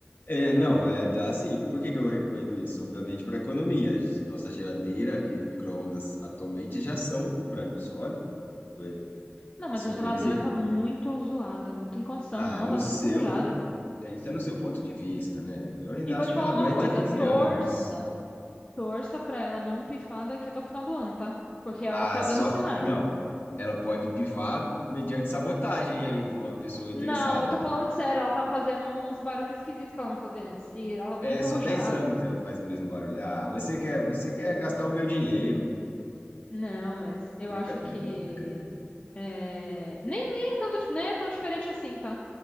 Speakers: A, on the left (about 50°); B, on the left (about 30°).
A: é, não, é dá assim. Por que que eu recomendo isso? Obviamente para economia. Nossa geladeira e micro-ondas atualmente já são brancos. Olha, é,
B: Não, mas
A: isso
B: a geladeira
A: é previsível.
B: tá muito zoada, não tem condição,
A: Ah,
B: não,
A: no
B: ela tá toda
A: seu,
B: enferrujada.
A: po- é, isso é no seu ponto de vista, né? Eu ainda
B: E vou
A: acho
B: te
A: que
B: falar
A: ela aguenta
B: uma coisa,
A: quinze
B: torça,
A: anos.
B: torça pra ela não pifar daqui até o final do ano, tá? Porque ela
A: Ah,
B: tá dando
A: só,
B: sinais.
A: não. Ela pode pifar mediante sabotagem aí de uma
B: <laughs>
A: pessoa
B: não,
A: interessada.
B: eu tô falando sério, ela tá fazendo uns barulhos esquisitos que ela não fazia antes. E ela tá toda
A: É,
B: enferrujada.
A: só 10 anos que ela faz o mesmo barulho. Ah, você quer, você quer gastar o meu dinheiro.
B: Não, mas eu
A: Brincadeira,
B: acho que
A: não, brincadeira.
B: é, nem, nem é tanto, di- nem é tão diferente assim, tá?